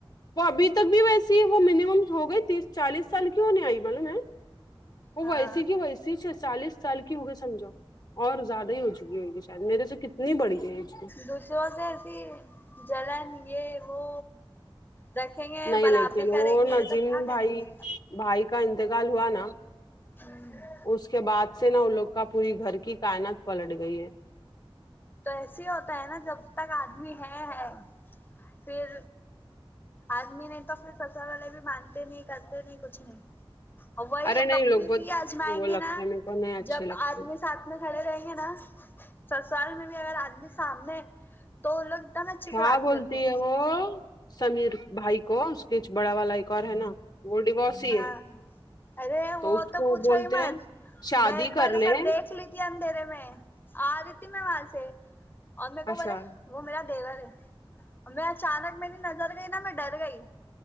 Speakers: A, on the left (about 45°); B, on the left (about 20°).
A: وہ ابھی تک بھی ویسی ہے وہ منیمم ہو گئی تیس چالیس سال کیوں نہیں آئی معلوم ہے وہ
B: ہاں
A: ویسی کی ویسی چالیس سال کی ہوگئے سمجھو اور زیادہ ہی ہو چکی ہوئےگی شاید میرے سے کتنی بڑی ہے ایج میں
B: دوسروں سے ایسی جلن یہ وہ رکھیں گے
A: نہیں
B: برابری
A: لیکن وہ
B: کریں گے
A: نظیم
B: تو کیا
A: بھائی
B: کریں گے
A: بھائی کا انتقال ہوا نا
B: ہ
A: اس کے بعد سے نا ان لوگ کا پوری گھر کی کائنات پلٹ گئی ہے
B: تو ایسے ہی ہوتا ہے نا جب تک آدمی ہے ہے پھر آدمی نہیں تو پھر سسرال والے بھی مانتے نہیں کرتے نہیں کچھ نہیں وہی
A: ارے نہیں
B: کبھی
A: لوگ بہت
B: بھی آجمائیں
A: وہ لگتے
B: گے نا
A: ہیں میرے کو نہیں اچھے
B: جب
A: لگتے
B: آدمی ساتھ میں کھڑے رہیں گے نا سسرال میں بھی اگر آدمی سامنے تو لوگ دم اچھے
A: کیا
B: سے بات
A: بولتی
B: کرتے
A: <unintelligible> سمیر بھائی کو اس کے ا چ بڑا والا ایک اور ہے نا وہ ڈیوورس ہی
B: ہاں
A: ہے
B: ارے وہ
A: اس
B: تو
A: کو
B: پوچھو
A: بولتے
B: ہی مج
A: ہیں شادی
B: میں ایک
A: کر
B: باریہ
A: لے
B: سب دیکھ لی ت اندھیرے میں آ رہی تھی میں وہاں سے اور میکو
A: اچھا
B: بولے وہ میرا دیور ہے اب میں اچانک میری نظر گئی نہ میں ڈر گئی